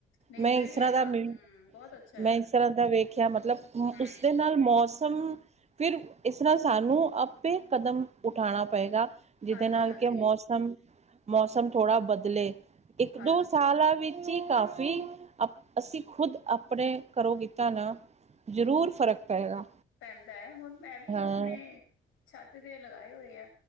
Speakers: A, on the left (about 85°); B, on the right (about 35°).
A: ਨਹੀਂ
B: ਮੈਂ
A: ਸਹੀ
B: ਇਸ ਤਰ੍ਹਾਂ
A: ਹੈਗਾ
B: ਦਾ ਮ,
A: ਹਮ ਬਹੁਤ ਅੱਛਾ ਹੈਗਾ
B: ਮੈਂ ਇਸ ਤਰ੍ਹਾਂ ਦਾ ਵੇਖਿਆ ਮਤਲਬ,
A: ਹਮ
B: ਉਸਦੇ ਨਾਲ ਮੌਸਮ, ਫਿਰ ਇਸਰਾ ਸਾਨੂੰ ਆਪੇ ਕਦਮ ਉਠਾਣਾ ਪਏਗਾ। ਜਿਹਦੇ
A: ਹਾਂਜੀ
B: ਨਾਲ
A: ਹਾਂਜੀ
B: ਕਿ ਮੌਸਮ, ਮੌਸਮ ਥੋੜਾ ਬਦਲੇ, ਇੱਕ-ਦੋ
A: ਹਾਂਜੀ
B: ਸਾਲਾ ਵਿੱਚ ਜ ਕਾਫੀ, ਅ ਅਸੀਂ ਖੁਦ ਆਪਣੇ ਘਰੋ ਕੀਤਾ ਨਾ ਜ਼ਰੂਰ ਫ਼ਰਕ ਪਏਗਾ।
A: ਪੈਂਦਾ ਏ, ਹੁਣ ਮੈਂ ਵੀ
B: ਹਾਂ
A: ਆਪਣੇ ਛੱਤ ਤੇ ਲਗਾਏ ਹੋਏ ਆ।